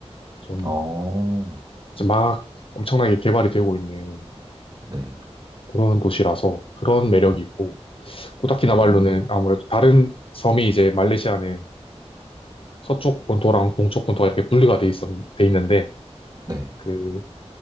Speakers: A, on the left (about 55°); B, on the right (about 35°).
A: 좀
B: 어,
A: 이제 막 엄청나게 개발이 되고 있는
B: 네,
A: 그런 도시라서 그런 매력이
B: 네.
A: 있고, 코타키나발루는
B: 음,
A: 아무래도 다른 섬이 이제 말레이시아는 서쪽 본토랑 동쪽 본토가 이렇게 분리가 돼 있었, 돼 있는데,
B: 네.
A: 그